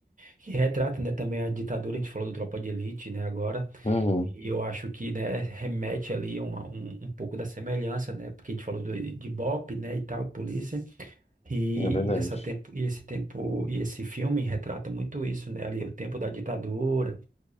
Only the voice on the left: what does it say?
Uhum,
é verdade.